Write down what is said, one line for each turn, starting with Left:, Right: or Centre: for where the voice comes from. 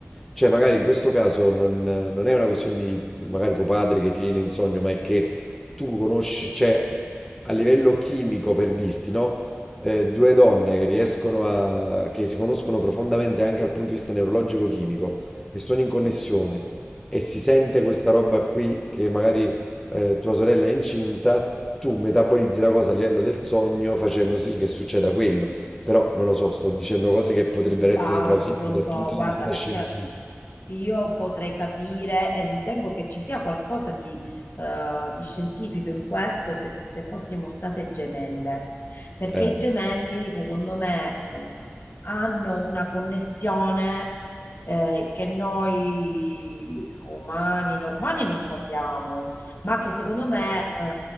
Centre: Cioè, magari in questo caso non, non è una questione di magari tuo padre che ti viene in sogno, ma è che tu conosci, cioè, a livello chimico per dirti, no? Eh, due donne che riescono a, che si conoscono profondamente anche dal punto di vista neurologico-chimico e sono
Left: Mhm.
Centre: in connessione e si sente questa roba qui che magari eh, tua sorella è incinta, tu metabolizzi la cosa a livello del sogno facendo sì che succeda quello. Però non lo so, sto dicendo cose che potrebbero
Left: Bah,
Centre: essere plausibili
Left: non lo so,
Centre: dal punto
Left: guarda,
Centre: di vista
Left: perché
Centre: scientifico.
Left: io potrei capire e ritengo che ci sia qualcosa di, eh, di scientifico in questo se, se fossimo state gemelle, perché
Centre: Eh,
Left: i gemelli, secondo me, eh, hanno una connessione, eh, che noi umani normali non capiamo, ma che secondo me, eh,